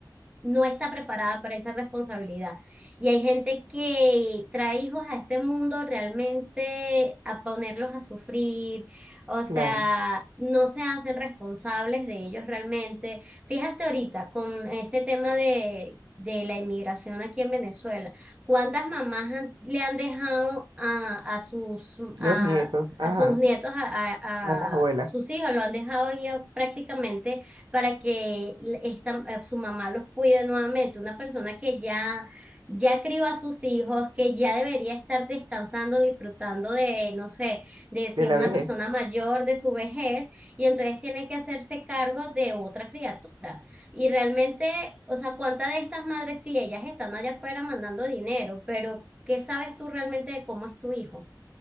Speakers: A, on the right; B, on the right.
A: no está preparada para esa responsabilidad. Y hay gente que trae hijos a este mundo realmente a ponerlos a sufrir, o sea,
B: claro,
A: no se hacen responsables de ellos realmente. Fíjate ahorita con este tema de, de la inmigración aquí en Venezuela, ¿cuántas mamás han- le han dejado a, a sus...
B: los
A: A,
B: nietos, ajá,
A: a sus nietos, a, a-
B: a las abuelas
A: a sus hijos, lo han dejado ahí a- prácticamente para que esta, eh, su mamá los cuide nuevamente. Una persona que ya, ya crió a sus hijos, que ya debería estar descansando, disfrutando de, no sé, de si
B: de
A: es
B: la
A: una
B: vejez.
A: persona mayor, de su vejez, y entonces tiene que hacerse cargo de otra criatura. Y realmente, o sea, ¿cuántas de estas madres, sí, ellas están allá afuera mandando dinero, pero ¿qué sabes tú realmente de cómo es tu hijo?